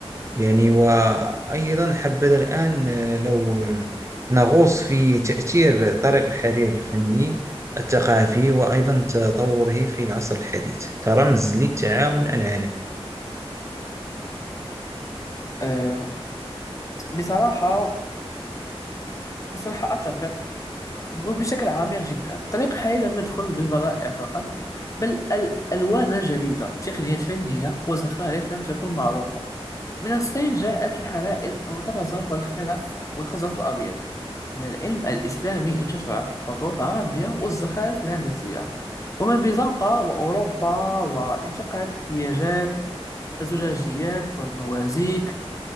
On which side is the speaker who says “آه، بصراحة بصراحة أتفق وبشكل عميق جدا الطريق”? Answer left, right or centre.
Left